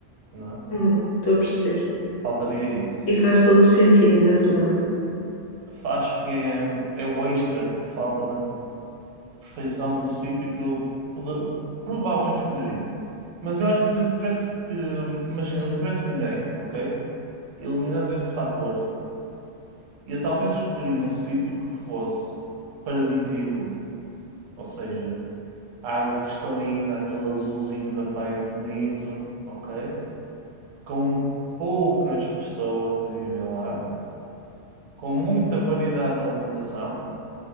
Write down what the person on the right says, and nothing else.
não é?
Faltaria isso.
acho que é, é o extra que falta na perfeição do sítio que eu poder- provavelmente escolheria. Mas eu acho que se tivesse que, imagina, não tivesse ninguém, ok? Eliminando esse fator, eu talvez escolheria um sítio que fosse paradisíaco, ou seja, água cristalina, aquele azulzinho da praia bonito, ok? Com poucas pessoas a viver lá, com muita variedade de alimentação.